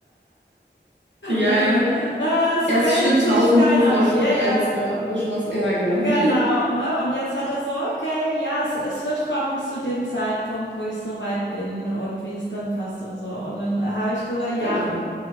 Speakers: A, on the right; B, on the left.
A: Ja,
B: und dann:
A: ja.
B: „Ah, es
A: Erst
B: meldet
A: Schritt
B: sich
A: tausend
B: keiner.
A: bevor Schritt
B: Ja, ja,
A: eins mal abgeschlossen. Ja, genau.
B: genau“,
A: <laughs>
B: ne? Und jetzt hat er so: „Okay, ja, es es wird kommen zu dem Zeitpunkt, wo ich so weit bin und wie es dann passt und so.“ Und dann habe ich gesagt: „Ja,
A: Genau.